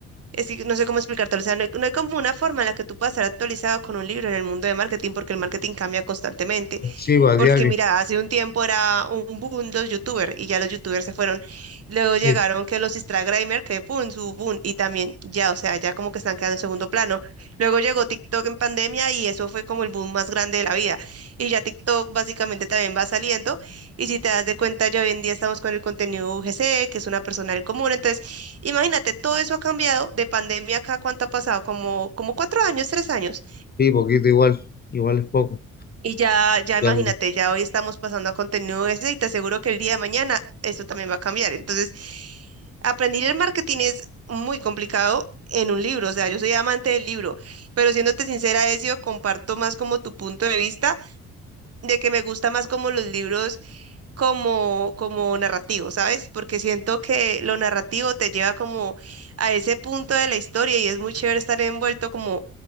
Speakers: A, on the right; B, on the left.
A: es que no sé cómo explicarte, o sea, no hay, no hay como una forma en la que tú puedas estar actualizado con un libro en el mundo de marketing, porque el marketing cambia constantemente
B: sí, pues, a
A: porque
B: diario.
A: mira, hace un tiempo era un boom los youtubers y ya los youtubers se fueron. Luego
B: Sí,
A: llegaron que los Instagramers, que boom, su boom, y también ya, o sea, ya como que están quedando en segundo plano. Luego llegó TikTok en pandemia y eso fue como el boom más grande de la vida. Y ya TikTok básicamente también va saliendo. Y si te das de cuenta, ya hoy en día estamos con el contenido UGC, que es una persona del común. Entonces, imagínate, todo eso ha cambiado de pandemia acá, ¿cuánto ha pasado? Como, como cuatro años, tres años.
B: sí, poquito igual. Igual es poco.
A: Y ya, ya
B: y
A: imagínate,
B: ando.
A: ya hoy estamos pasando a contenido ese y te aseguro que el día de mañana eso también va a cambiar. Entonces, aprender el marketing es muy complicado en un libro, o sea, yo soy amante del libro, pero siéndote sincera, Ezio, comparto más como tu punto de vista de que me gusta más como los libros como, como narrativo, ¿sabes? Porque siento que lo narrativo te lleva como a ese punto de la historia y es muy chévere estar envuelto como